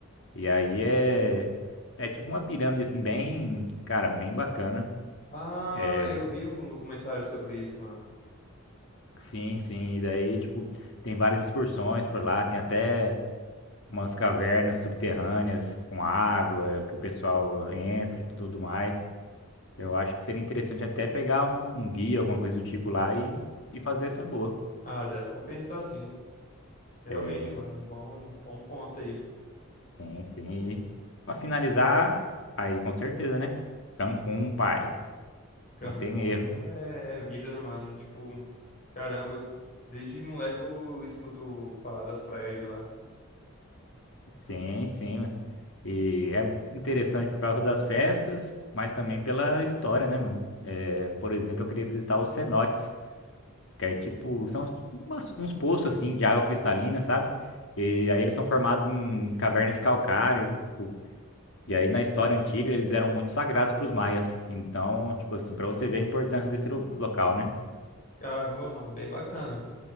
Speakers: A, on the left; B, on the left.
A: E aí é, é tipo uma pirâmide, assim, bem, cara, bem bacana.
B: Ah,
A: É,
B: eu vi um documentário sobre isso, mano.
A: sim, sim. E daí, tipo, tem várias excursões por lá, tem até umas cavernas subterrâneas com água que o pessoal eh, entra e tudo mais. Eu acho que seria interessante até pegar um, um guia, alguma coisa do tipo lá e, e fazer essa boa.
B: Ah, deve compensar sim. Realmente,
A: É,
B: mano. Bom, bom ponto aí.
A: sim, sim. E pra finalizar, aí com certeza, né? Cancún, pai.
B: Cancún
A: Não tem erro.
B: é, é vida, né, mano? Tipo, caramba, desde moleque eu escuto falar das praias de lá.
A: Sim, sim. mano. E é interessante por causa das festas, mas também pela história, né, mano? É, por exemplo, eu queria visitar os cenotes, que é tipo, são uns, umas- uns poços assim de água cristalina, sabe? E aí eles são formados em caverna de calcário, tipo, e aí na história antiga eles eram muito sagrados para os maias. Então, tipo assim, para você ver a importância desse lo- local, né?
B: Caramba, mano, bem bacana.